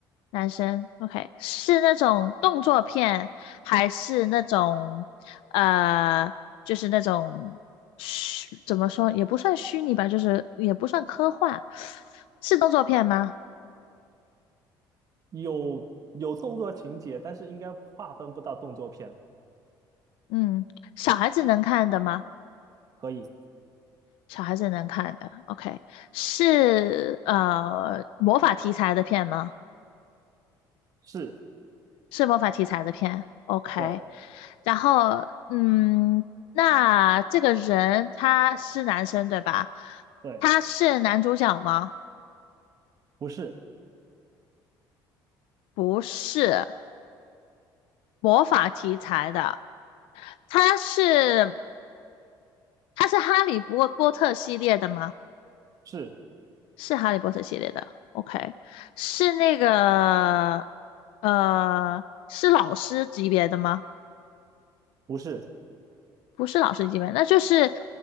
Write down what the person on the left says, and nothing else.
男生，OK，是那种动作片，还是那种呃，就是那种虚，怎么说，也不算虚拟吧，就是也不算科幻，是动作片吗？
嗯，小孩子能看的吗？
小孩子能看的，OK，是呃魔法题材的片吗？
是魔法题材的片，OK。
然后，嗯，那这个人他是男生对吧？
他是男主角吗？
不是，魔法题材的。他是他是哈利波波特系列的吗？
是哈利波特系列的，OK。是那个呃，是老师级别的吗？
不是老师级别，那就是，